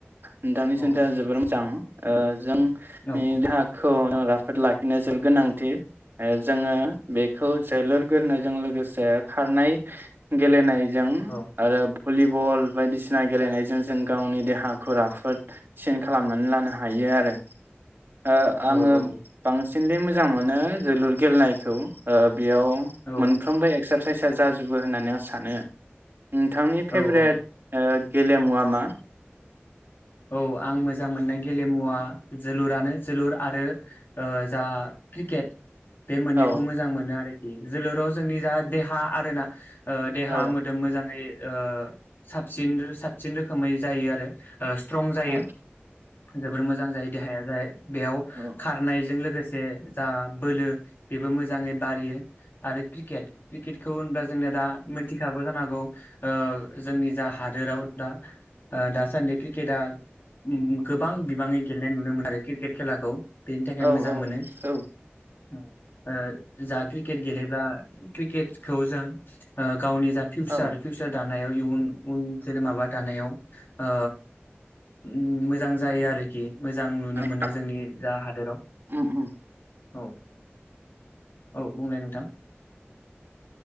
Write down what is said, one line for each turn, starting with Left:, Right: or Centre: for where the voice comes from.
Right: नोंथांनि
Left: औ
Right: सोंथिया जोबोर मोजां ओ जों <unintelligible>
Left: औ
Right: फोद लाखिनाया जोबोद गोनांथि ओ जोङो बेखौ जोलुर गेलेनायजों लोगोसे खारनाय गेलेनाय जों
Left: औ
Right: आरो भलिबल बायदिसिना गेलेनायजों जों गावनि देहाखौ राफोदसिन खालामनानै लानो हायो आरो। ओ
Left: औ
Right: आङो बांसि <unintelligible> मोजां मोनो जोलुर गेलेनायखौ ओ बेयाव
Left: औ
Right: मोनफ्रोमबो एक्सार सायसा जाजुबो होननानै आं सानो। नोंथांनि
Left: औ
Right: फेभरेट
Left: औ
Right: ओ गेलेमुवा मा?
Left: औ आं मोजां मोननाय गेलेमुवा जोलुरानो जोलुर आरो ओ जा क्रिकेट बे मोननैखौ
Right: औ
Left: मोजां मोनो आरो। जोलुराव जोंनि जा देहा आरो ना ओ देहा
Right: औ
Left: मोदोम मोजाङै ओ साबसिन साबसिन रोखोमै जायो आरो। ओ स्ट्रंग जायो
Right: औ
Left: जोबोर मोजां जायो देहाया। <unintelligible> बेयाव
Right: औ
Left: खारनायजों लोगो से जा बोलो बेबो मोजाङै बारियो आरो क्रिकेट क्रिकेटखौ होनब्ला जोंनो दा मिथिखागौ जानोहागौ ओ जोंनि जा हादोराव दा ओ दासान्दि क्रिक केटआ उम गोब बां बिबाङै गेलेनाय नुनो मोनो आरो किर्केट खेलाखौ। बेनि थाखाय
Right: औ
Left: मोजां मोनो
Right: औ
Left: उम ओ जा क्रिकेट गेलेब्ला क्रिकेटसखौ जों ओ गावनि जा फिउचार
Right: औ
Left: फिउचार दान नायाव इयुन उन जेरै माबा दानायाव ओ उम <unintelligible> जां जायो आरोखि मोजां नुनो
Right: माने
Left: मोनो जोंनि जा हादोराव
Right: उम उम
Left: औ। औ बुंलाय नोंथां